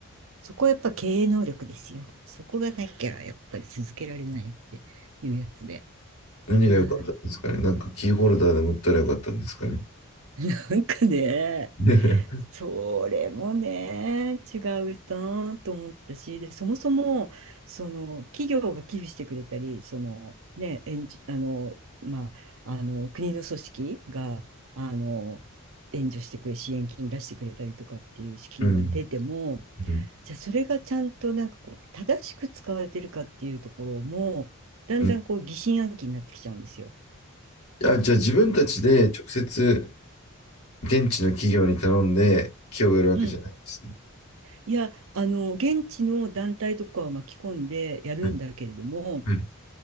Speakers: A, on the right; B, on the left.
A: そこはやっぱ経営能力ですよ。そこがなきゃやっぱり続けられないっていうやつで。
B: 何が良かったんですかね。
A: はい。
B: なんかキーホルダーでも売ったら良かったんですかね。
A: なんかね、
B: <laughs>
A: それもね、違うなと思ったし、で、そもそも、その、企業が寄付してくれたり、その、ね、援助、あの、まあ、あの、国の組織が、あの、援助してくれ、支援金出してくれたりとかっていう資金が出ても、
B: うん。うん。
A: じゃあそれがちゃんとなんかこう、正しく使われてるかっていうところも、だんだんこう疑心暗鬼になってきちゃうんですよ。
B: うんじゃあ、じゃあ自分たちで直接
A: まあ
B: 現地の企業に頼んで木を植えるわけじゃないんですね。
A: うんいや、あの、現地の団体とかは巻き込んでやるんだけれども、
B: はいは